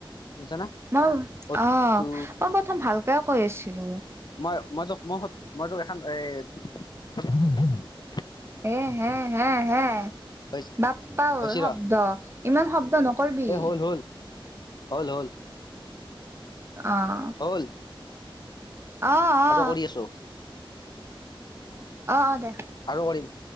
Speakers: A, on the left (about 50°); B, on the right (about 25°).
A: শুনিছা না
B: মই
A: অত
B: অ'
A: তো
B: মই প্ৰথম ভালকে কৈ আছিলোঁ।
A: মই মই তোক মই এখন এ <unintelligible>
B: এ হে হে হে।
A: হৈ-
B: বাপ্পাও
A: হৈছে
B: শব্দ
A: ৰ
B: ইমান শব্দ নকৰিবি।
A: এ হ'ল হ'ল হ'ল হ'ল।
B: অ'।
A: হ'ল।
B: অ
A: সাজো
B: অ অ
A: কৰি আছোঁ।
B: অ', অ' দে।
A: আৰু কৰিম।